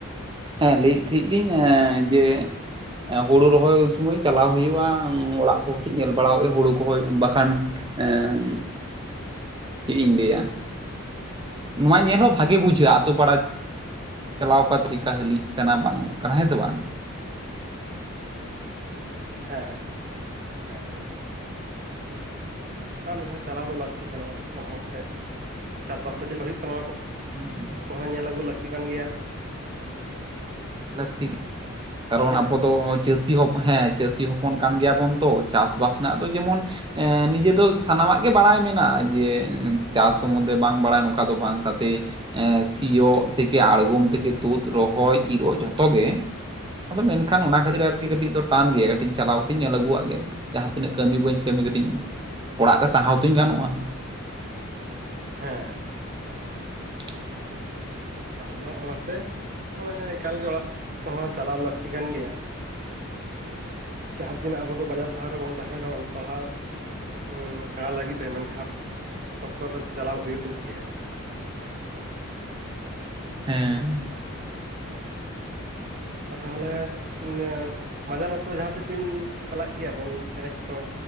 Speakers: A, on the right; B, on the right.
A: ᱦᱮᱸ ᱞᱟᱹᱭᱮᱫ ᱛᱟᱦᱮᱸᱜ ᱞᱤᱧ ᱡᱮ ᱦᱩᱲᱩ ᱨᱚᱦᱚᱭ ᱥᱚᱢᱚᱭ ᱪᱟᱞᱟᱣ ᱦᱩᱭᱩᱜᱼᱟ ᱚᱲᱟᱜ ᱠᱚ ᱠᱟᱹᱴᱤᱡ ᱧᱮᱞ ᱵᱟᱲ ᱦᱩᱭᱩᱜᱼᱟ ᱦᱩᱲᱩ ᱠᱚᱦᱚᱭ ᱵᱟᱠᱷᱟᱱ ᱮᱸ ᱪᱮᱫ ᱤᱧ ᱞᱟᱹᱭᱟ ᱱᱚᱣᱟ ᱧᱮᱞ ᱦᱚᱸ ᱵᱷᱟᱜᱮ ᱵᱩᱡᱷᱟᱹᱜᱼᱟ ᱟᱹᱛᱳ ᱯᱟᱲᱟ ᱪᱟᱞᱟᱣ ᱠᱚᱛᱮ ᱪᱤᱠᱟ ᱦᱟᱹᱞᱤᱜ ᱠᱟᱱᱟ ᱵᱟᱝ ᱠᱟᱱᱟ ᱦᱮᱸ ᱥᱮ ᱵᱟᱝ
B: ᱦᱮᱸ ᱦᱮᱸ ᱦᱮᱸ ᱵᱟᱝ ᱢᱮᱫ ᱫᱷᱟᱶ ᱪᱟᱞᱟᱣ ᱫᱚ ᱞᱟᱹᱠᱛᱤ ᱠᱟᱱᱟ ᱚᱲᱟᱜ ᱠᱚᱦᱚᱸ ᱢᱤᱫᱴᱮᱡ ᱪᱟᱥ ᱵᱟᱥ ᱫᱚ ᱪᱮᱫ ᱞᱮᱠᱟ ᱦᱩᱭᱩᱜ ᱠᱟᱱᱟ ᱚᱱᱟ
A: <unintelligible>
B: ᱦᱚᱸ ᱧᱮᱞ ᱟᱹᱜᱩ ᱞᱟᱹᱠᱛᱤ ᱠᱟᱱ ᱜᱮᱭᱟ
A: ᱞᱟᱹᱠᱛᱤ ᱠᱟᱨᱚᱱ
B: ᱥᱮ ᱪᱮᱫ ᱞᱮᱠᱟ
A: ᱟᱵᱚᱫᱚ ᱪᱟᱹᱥᱤ ᱦᱚᱯᱚᱱ ᱦᱮᱸ ᱪᱟᱹᱥᱤ ᱦᱚᱯᱚᱱ ᱠᱟᱱ ᱜᱮᱭᱟᱵᱚᱱ ᱛᱚ ᱪᱟᱥᱵᱟᱥ ᱨᱮᱱᱟᱜ ᱫᱚ ᱡᱮᱢᱚᱱ ᱮᱸ ᱱᱤᱡᱮ ᱫᱚ ᱥᱟᱱᱟᱢᱟᱜ ᱜᱮ ᱵᱟᱲᱟᱭ ᱢᱮᱱᱟᱜᱼᱟ ᱡᱮ ᱪᱟᱥ ᱥᱚᱢᱚᱱᱫᱷᱮ ᱵᱟᱝ ᱵᱟᱲᱟᱭ ᱱᱚᱝᱠᱟ ᱫᱚ ᱵᱟᱝ ᱛᱟᱛᱮ ᱮᱸ ᱥᱤᱭᱳᱜ ᱛᱷᱮᱠᱮ ᱟᱬᱜᱚᱢ ᱛᱷᱮᱠᱮ ᱛᱳᱫ ᱨᱚᱦᱚᱭ ᱤᱨᱚᱜ ᱡᱷᱚᱛᱚ ᱜᱮ ᱟᱫᱚ ᱢᱮᱱ ᱠᱷᱟᱱ ᱚᱱᱟ ᱠᱷᱟᱹᱛᱤᱨ ᱟᱨᱠᱤ ᱠᱟᱹᱴᱤᱡ ᱫᱚ ᱴᱟᱱ ᱜᱮᱭᱟ ᱠᱟᱹᱴᱤᱡ ᱪᱟᱞᱟᱣ ᱠᱟᱛᱤᱧ ᱧᱮᱞ ᱟᱹᱜᱩᱣᱟᱜ ᱜᱮ ᱡᱟᱦᱟᱸ ᱛᱤᱱᱟᱹᱜ ᱠᱟᱹᱢᱤ ᱵᱟᱹᱧ ᱠᱟᱹᱢᱤ ᱠᱟᱹᱴᱤᱡ ᱚᱲᱟᱜ ᱨᱮ ᱛᱟᱦᱮᱸ ᱦᱚᱛᱚᱧ ᱜᱟᱱᱚᱜᱼᱟ
B: ᱦᱮᱸ ᱦᱮᱸ ᱮᱠᱟᱞ ᱮᱠᱟᱞ ᱮᱠᱟᱞ ᱜᱮ
A: <inaudible>
B: ᱟᱫᱚ ᱚᱱᱟ ᱛᱮ ᱢᱟᱱᱮ ᱮᱠᱟᱞ ᱜᱮ ᱚᱲᱟᱜ ᱠᱚᱦᱚᱸ ᱪᱟᱞᱟᱣ ᱞᱟᱹᱠᱛᱤ ᱠᱟᱱ ᱜᱮᱭᱟ ᱡᱟᱦᱟᱸ ᱛᱤᱱᱟᱹᱜ ᱟᱵᱚ ᱫᱚ ᱵᱟᱡᱟᱨ ᱥᱟᱦᱟᱨ ᱨᱮᱵᱚᱱ ᱛᱟᱦᱮᱱ ᱨᱮᱦᱚᱸ ᱚᱞᱚᱜ ᱯᱟᱲᱦᱟᱣ <unintelligible> ᱞᱟᱹᱜᱤᱫ ᱛᱮ ᱢᱮᱱ ᱠᱷᱟᱱ ᱚᱠᱛᱚ ᱨᱮ ᱪᱟᱞᱟᱣ ᱦᱩᱭᱩᱜ ᱜᱮᱭᱟ
A: ᱦᱮᱸ
B: ᱟᱨ ᱛᱟᱦᱚᱞᱮ ᱤᱱᱟᱹ ᱢᱟᱡᱟᱱ ᱚᱠᱛᱚ ᱡᱟᱦᱟᱸ ᱥᱮᱫ ᱵᱤᱱ ᱪᱟᱞᱟᱜ ᱜᱮᱭᱟ ᱵᱚᱞ ᱮᱱᱮᱡ ᱠᱚ